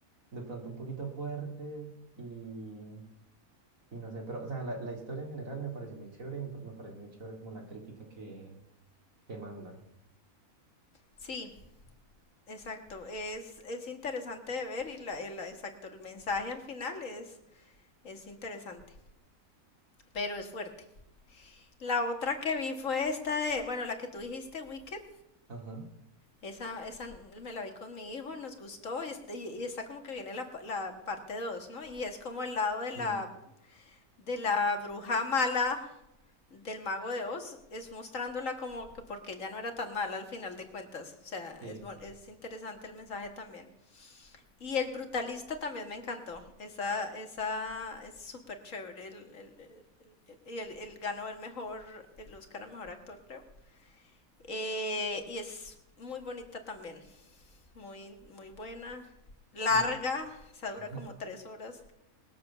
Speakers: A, on the right; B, on the left.
A: de pronto un poquito fuertes y, y no sé, pero o sea, la, la historia en general me pareció muy chévere y me me pareció muy chévere como la crítica que, que manda.
B: sí, Exacto, es, es interesante de ver y la, el, exacto, el mensaje al final es, es interesante, pero es fuerte. La otra que vi fue esta de, bueno, la que tú dijiste, Wicked,
A: Ajá.
B: esa, esa me la vi con mi hijo, nos gustó y, este- y está como que viene la, pa- la parte 2, ¿no? Y es como el lado de la,
A: Sí,
B: de la bruja mala del mago de Oz, es mostrándola como que porque ella no era tan mala al final de cuentas, o sea,
A: sí,
B: es, bon- es interesante el mensaje también. Y el brutalista también me encantó. Esa, esa es súper chévere. El, el- el- el- y el- el ganó el mejor, el Oscar a mejor actor, creo. Eh, y es muy bonita también. Muy, muy buena. Larga.
A: sí.
B: Esa
A: <laughs>
B: dura como tres horas.